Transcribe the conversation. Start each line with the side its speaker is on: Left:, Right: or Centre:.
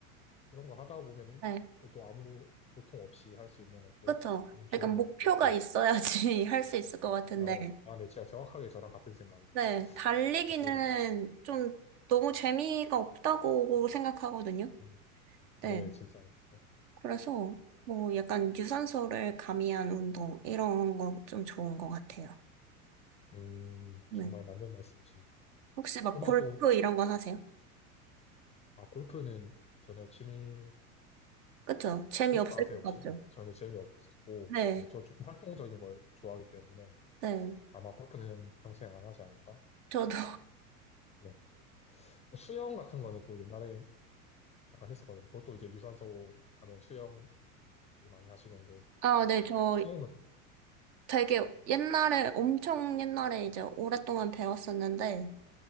Left: 이런 거 하다 보면은
Right: 네.
Left: 그것도 아무 고통 없이 할 수 있는 것도
Right: 그쵸.
Left: 너무 좋은
Right: 약간
Left: 것
Right: 목표가
Left: 같고, 네.
Right: 있어야지 <laughs> 할 수 있을 것 같은데.
Left: 어, 아, 네, 진짜 정확하게 저랑 같은 생각이
Right: 네, 달리기는
Left: 계시는 것 같습니다.
Right: 좀 너무 재미가 없다고 생각하거든요.
Left: 음,
Right: 네,
Left: 네, 진짜요. 네.
Right: 그래서 뭐 약간 유산소를 가미한 운동, 이런 거 좀 좋은 것 같아요.
Left: 음,
Right: 네.
Left: 정말 맞는 말씀이십니다.
Right: 혹시 막
Left: 그러면
Right: 골프
Left: 또,
Right: 이런 거 하세요?
Left: 아, 골프는 전혀 취미
Right: 그쵸. 재미없을
Left: 골프 아세요,
Right: 것
Left: 혹시?
Right: 같죠.
Left: 네, 전혀 재미없고,
Right: 네,
Left: 네, 저 조금 활동적인 걸 좋아하기 때문에
Right: 네.
Left: 아마 골프는 평생 안 하지 않을까?
Right: 저도
Left: 네. 또 수영 같은 거는 또 옛날에 잠깐 했었거든요. 그것도 이제 유산소 하면 수영 되게 많이 하시는데,
Right: 아, 네, 저
Left: 수영은,
Right: 되게 옛날에, 엄청 옛날에 이제 오랫동안 배웠었는데,